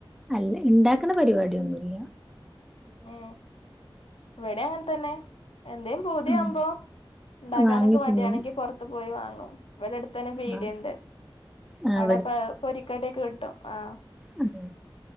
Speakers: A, in the centre; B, on the left.
A: അല്ല ഉണ്ടാക്കണ പരിപാടിയൊന്നുമില്ല
B: ഉ ഇവിടെ അങ്ങനെ തന്നെ എന്തേയും ഭൂതിയാവുമ്പോ
A: ഉം
B: ഉണ്ടാക്കാനൊക്കെ
A: വാങ്ങി
B: മടിയാണെങ്കി
A: തിന്നും.
B: പുറത്ത് പോയി വാങ്ങും ഇവിടെ അടുത്ത് തന്നെ പീടിയുണ്ട്
A: ആഹ്. ആഹ്
B: അവിടെപ്പ പൊരിക്കടക്ക് കിട്ടും ആഹ
A: അതെ